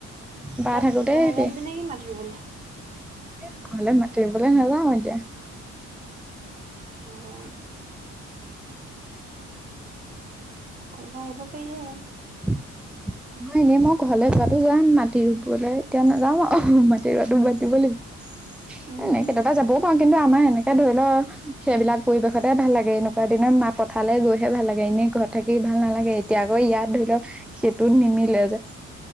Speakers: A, in the centre; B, on the right.
A: বাহ
B: তই
A: থাকো দেই,
B: ঘৰলৈ
A: অহলে
B: আহিবি নেকি মাটি ৰুবলৈ
A: <unintelligible> মাতিব নাযাওঁ এতিয়া।
B: অ'। ক'লে আহিব পাৰিলেহেঁতন?
A: উ। মহ এনেই মই ঘৰলে পাতটো যাম মাটি ৰুবলৈ এতিয়া নাযাম অ', মাটি ৰুটো ব দিব লাগিব
B: উম
A: এনেই কেতিয়াবা যাবও পাৰো কিন্তু আমাৰ সেনেকে ধৰি ল সেইবিলাক পৰিৱেশতে ভাল লাগে এনেকুৱা দিনত মা পথাৰালে গৈহে ভাল লাগে এনেই ঘৰত থাকি ভাল নালাগে এতিয়া আকৌ ইয়াত ধৰি লওক সেইটোত নিমিলে যে